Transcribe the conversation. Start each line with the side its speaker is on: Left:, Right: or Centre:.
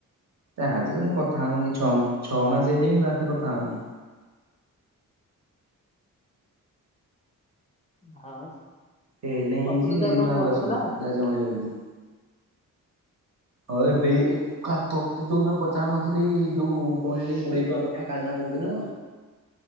Right: ତା ସହିତ ମୁଁ କଥା ହଉନି ଛଅ ମା ଛଅ ମାସ ହେଇଲେ ବି ମୁଁ ତା ସହ କଥା ହଉନି।
Left: ହଁ।
Right: ଫେଲ୍ ହେଇଛି
Left: ପପୁ ତତେ
Right: ସେଇ
Left: ଆଉ
Right: ଯୋଗୁ
Left: କଣ
Right: ଗାଁକୁ
Left: ଫୋନ
Right: ଆସୁନି
Left: କରିଥିଲା
Right: ଲାଜ ମାଡିବ ବୋଲି କି। ହଁ ଏବେ ଏଇ ତତେ ଯୋଉ ଦିନ ପଚାରୁ ନଥିଲି ଯୋଉ କଣ କୋଡିଏ ଟଙ୍କା ପଠା କାଲି ନା ପରଦିନ